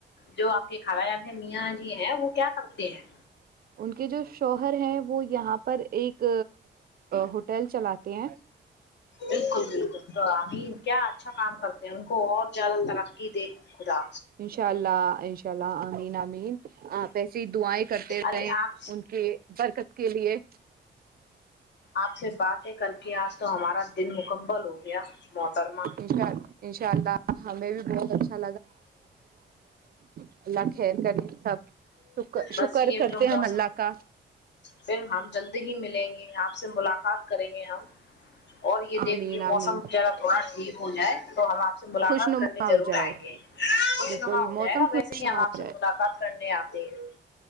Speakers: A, on the left (about 65°); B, on the right (about 50°).
A: جو آپ کے خالا جان ہے میاں جی ہیں وہ کیا کرتے ہیں
B: ان کے جو شوہر ہے وہ یہاں پر ایک ہوٹل چلاتے ہیں
A: بالکل بالکل تو ہم کیا اچھا کام کرتے ہیں ان کو اور زیادہ ترقی دے خدا
B: انشاء اللہ انشاء اللہ امین امین پیسے ہی دعائیں کرتے
A: ارے
B: رہے
A: آپ
B: ان کے برکت کے لیے
A: آپ سے باتیں کر کے آج تو ہمارا دن مکمبل ہو گیا محترمہ
B: انشاء انشاء اللہ ہمیں بھی بہت اچھا <unintelligible> خ کریں سب شکر
A: بس
B: شکر
A: یہ
B: کرتے
A: جو موسم
B: ہیں ہم اللہ کا
A: پھر ہم جلدی ہی ملیں گے آپ سے بات کریں گے ہم اور یہ دیکھجیے
B: آمین آمین
A: موسم برا تھوڑا ٹھیک ہو جائے تو ہم آپ آ سے ملاقات
B: خوش نما
A: کرنے ضرور
B: ہو جائے
A: آئیں گے خوشنما
B: بالکل
A: ہو
B: موسم
A: جائے گا
B: خوش
A: ویسے ہی
B: نما
A: ہم
B: ہو
A: آپ
B: جائے
A: سے ملاقات کرنے آتے ہیں